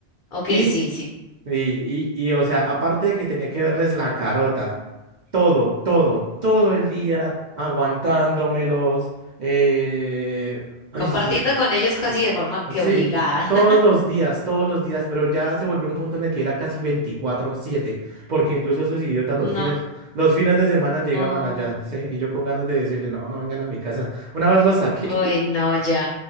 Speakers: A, on the left; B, on the right.
A: Ok,
B: Y
A: sí, sí.
B: y, y, y, o sea, aparte de que tenía que verles la carota, todo, todo, todo el día aguantándomelos, eh, ay,
A: Compartiendo
B: sí,
A: con ellos casi
B: mm,
A: de forma que
B: sí,
A: obligada.
B: todos
A: <laughs>
B: los días, todos los días, pero ya se volvió un punto en el que era casi veinticuatro siete porque incluso esos idiotas
A: No.
B: los fines, los fines de semana llegaban
A: no.
B: allá, ¿sí? Y yo con ganas de decirle, no, no vengan a mi casa. Una vez los saqué.
A: Uy, no, ya.